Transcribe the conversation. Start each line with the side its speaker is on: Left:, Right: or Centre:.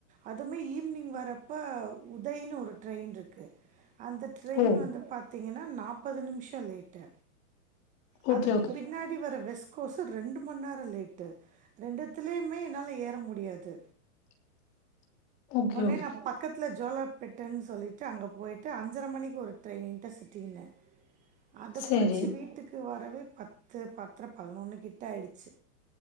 Right: அதுமே ஈவினிங் வர இப்ப உதயன்னு ஒரு ட்ரெயின் இருக்கு அந்த ட்ரெயின்
Left: ஓ
Right: வந்து ப ங்கன்னா நாற்பது நிமிஷோ லேட்டு
Left: ஓகே
Right: அதுக்கு
Left: ஓகே
Right: பின்னாடி வர வெஸ் சு ரெண்டு மணி நேரோ லேட்டு ரெண்டுத்துலயுமே என்னால ஏற முடியாது
Left: <inaudible> ஓகே
Right: உடனே
Left: ஓகே
Right: நா பக்கத்துல ஜோலா பெட்டேன்னு சொல்லிட்டு அங்க போயிட்டு அஞ்சர மணிக்கு ஒரு ட்ரெயிண்ட சுத்திடுவே அத
Left: சரி
Right: புடிச்சு வீட்டுக் அக்கு வரவே பத்து பத்திர பதினொன்னு கிட்ட ஆயிடுச்சு